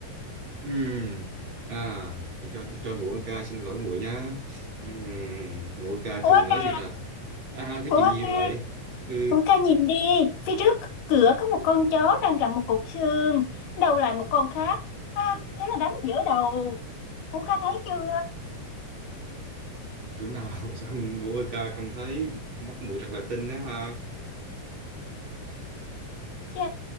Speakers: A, on the right (about 35°); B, on the left (about 70°).
A: Ừm, à phải cho cho ngũ ca xin lỗi muội nhá Ừm, ngũ ca thường
B: Ngũ A
A: nói
B: Ca,
A: gì ta à cái
B: Ngũ
A: chuyện gì
B: A Ca
A: vậy ừ
B: Ủa ca nhìn đi, phía trước cửa có một con chó đang gặm một cục xương, đầu lại một con khác. À, thế là đánh giữa đầu. Ngũ ca thấy chưa?
A: chỗ nào <laughs> sao ngũ ca không thấy mắt muội thật là tinh đó ha
B: Chà,